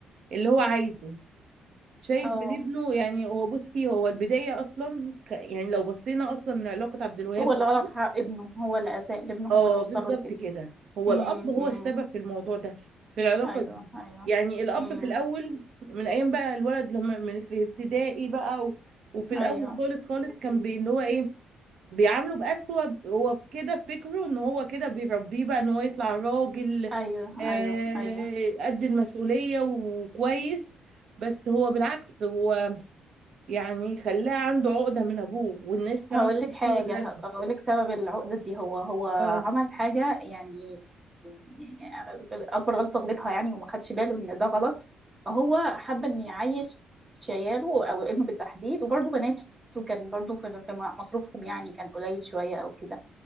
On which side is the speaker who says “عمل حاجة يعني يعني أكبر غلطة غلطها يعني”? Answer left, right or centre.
Right